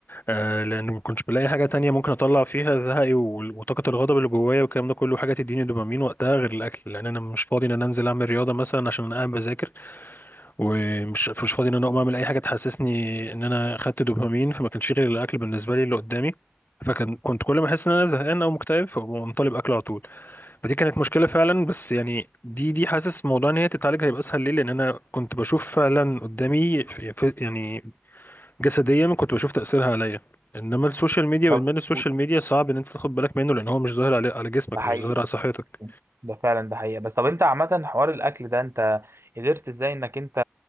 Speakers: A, on the left; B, on the right.
A: آه لان ما كنتش بلاقي حاجه تانية ممكن اطلع فيها زهقي وال- وطاقه الغضب اللي جوايا والكلام ده كله حاجه تديني دوبامين وقتها غير الاكل لان انا مش فاضي ان انا انزل اعمل رياضه مثلا عشان انا قاعد بذاكر ومش مش فاضي ان انا اقوم اعمل اي حاجه تحسسني ان انا خدت دوبامين فما كانش غير الاكل بالنسبه لي اللي قدامي فكان كنت كل ما احس ان انا زهقان او مكتئب فاقوم طالب اكل على طول فدي كانت مشكلة فعلا بس يعني دي دي حاسس موضوع ان هي تتعالج هيبقى اسهل ليه لان انا كنت بشوف فعلا قدامي في في- يعني جسديا كنت بشوف تأثيرها عليا انما السوشيال ميديا
B: طب
A: وادمان السوشيال
B: و-
A: ميديا صعب ان انت تاخد بالك منه لان هو مش ظاهر على على جسمك
B: ده حقيقه
A: مش ظاهر على صحتك
B: ده فعلا ده حقيقه بس طب انت عامه حوار الاكل ده انت قدرت ازاي انك انت